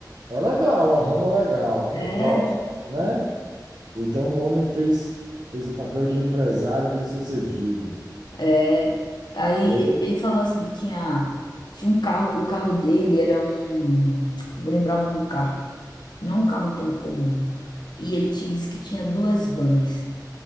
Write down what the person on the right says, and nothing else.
É legal, é um ramo legal,
é próximo, né? Então um homem fez, fez o papel de empresário bem-sucedido.
Foi?